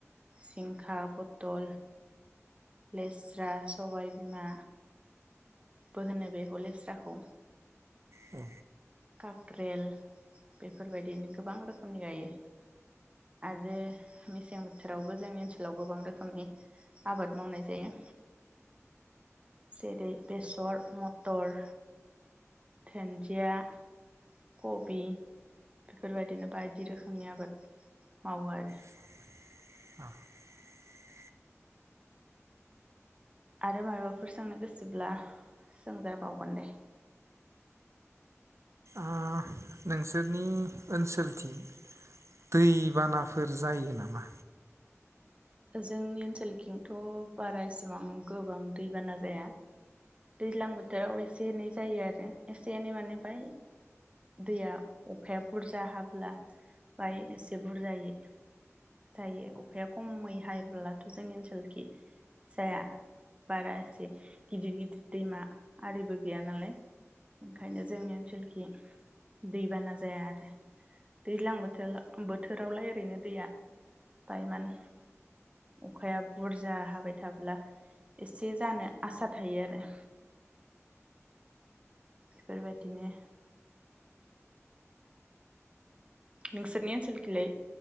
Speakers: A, on the right; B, on the right.
A: जिंखा, फथल लेस्रा, सबाय बिमा बो होनो बेखौ लेस्राखौ।
B: औ।
A: खाक्रेल बेफोरबायदिनो गोबां रोखोमनि गायो। आरो मेसें बोथोरावबो जोंनि ओनसोलाव गोबां रोखोमनि आबाद मावनाय जायो‌। जेरै बेसर मथर दोनजिया कबि बेफोरबायदिनो बायदि रोखोमनि आबाद मावो आरो।
B: <inaudible>
A: आरो मायबाफोर सोंनो गोसोब्ला सोंजाबावगोन दे।
B: ओ नोंसोरनि ओनसोलथिं दै बानाफोर जायो नामा?
A: जोंनि ओनसोलथिंथ' बारा इसिबां गोबां दैबाना जाया। दैज्लां बोथोराव एसे एनै जायो आरो एसे एनै माने बाय। दैया अखाया बुरजा हाब्ला बाय एसे बुरजायै जायो अखाया खमै हायोब्लाथ' जोंनि ओनसोलखि जाया बारा एसे गिदिर-गिदिर दैमा आरिबो गैया नालाय ओंखायनो जोंनि ओनसोलखि दैबाना जाया आरो दैज्लां बोथोल बोथोरावलाय ओरैनो दैया बारबार अखाया बुरजा हाबाय थाब्ला एसे जानो आसा थायो आरो। बेफोर बायदिनो नोंसोरनि ओनसोलखैलाय